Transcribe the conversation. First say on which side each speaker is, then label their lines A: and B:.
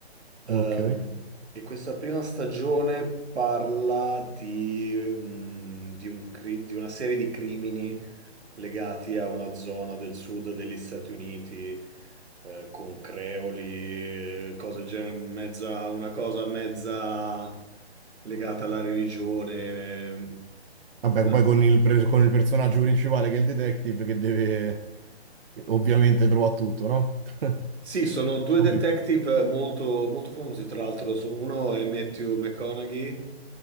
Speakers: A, on the right; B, on the right.
A: Ehm,
B: Ok.
A: e questa prima stagione parla di, mm, di un cri- di una serie di crimini legati a una zona del sud degli Stati Uniti, eh, con creoli, eh, cose gen- mezza, una cosa mezza legata alla religione.
B: Vabbè,
A: No.
B: poi con il, pre- con il personaggio principale che è il detective che deve, che ovviamente trova tutto, no? <laughs>
A: Sì, sono due
B: Capito.
A: detective molto, molto famosi, tra l'altro, so- uno è Matthew McConaughey